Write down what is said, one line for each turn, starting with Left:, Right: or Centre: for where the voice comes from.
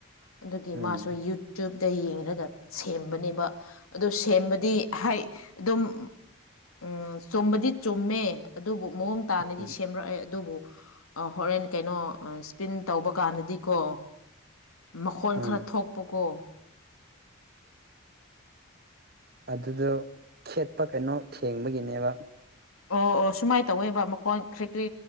Left: ꯑꯗꯨꯒꯤ
Right: ꯎꯝ
Left: ꯃꯥꯁꯨ ꯌꯨꯇ꯭ꯌꯨꯞ ꯗ ꯌꯦꯡꯔꯥꯒ ꯁꯦꯝꯕꯅꯦꯕꯥ ꯑꯗꯨ ꯁꯦꯝꯕꯗꯤ ꯍꯥꯏ ꯑꯗꯨꯝ ꯎꯝ ꯆꯨꯝꯕꯗꯤ ꯆꯨꯝꯃꯦ ꯑꯗꯨꯕꯨ ꯃꯑꯣꯡ ꯇꯥꯅꯗꯤ
Right: ꯎꯝ
Left: ꯁꯦꯝꯕ꯭ꯔ ꯑꯦ ꯑꯗꯨꯕꯨ ꯍꯣꯔꯦꯟ ꯀꯩꯅꯣ ꯁ꯭ꯄꯤꯟ ꯇꯧꯕ ꯀꯥꯟꯗꯗꯤ ꯀꯣ ꯃꯈꯣꯟ
Right: ꯎꯝ
Left: ꯈꯔꯥ ꯊꯣꯛꯄ ꯀꯣ
Right: ꯑꯗꯨꯗꯣ ꯈꯦꯠꯄ ꯀꯩꯅꯣ ꯊꯦꯡꯕꯒꯤꯅꯦꯕ
Left: ꯑꯣ ꯑꯣ ꯁꯨꯃꯥꯏꯅ ꯇꯧꯋꯦꯕ ꯃꯈꯣꯟ ꯈ꯭ꯔꯤ ꯀ꯭ꯔꯤ